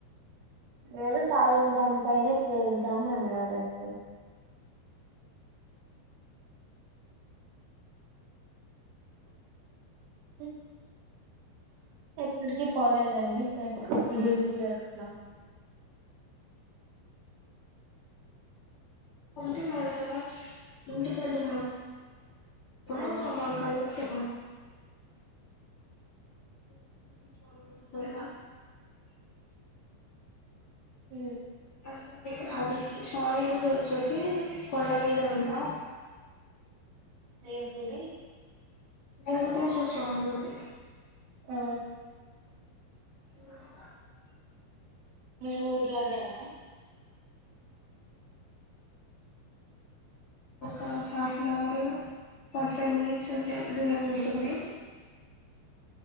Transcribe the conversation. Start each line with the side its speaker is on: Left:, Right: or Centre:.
Right: ఏదో సాయిల్ దాని పైన చెల్దాం అన్నారండి అ ఎక్కడికి పోలేదండి ఫ్రె గుడికి అట్లా
Left: అంటె మొన్న ఇంటికెళ్ళాం ప్పుడు
Right: ఆ
Left: మా <unintelligible> <unintelligible>
Right: హ్మ
Left: అంటే అది స్వామి గుడోచ్చేసి కొండ మీద ఉందా
Right: ఏం గుడి
Left: వెంకటేశ్వర స్వామి గుడి
Right: ఉ
Left: హ్మ
Right: మీ ఊర్లోనేనా
Left: ఒక half an hour forty five minutes ఒకే దూరం ఉంటుంది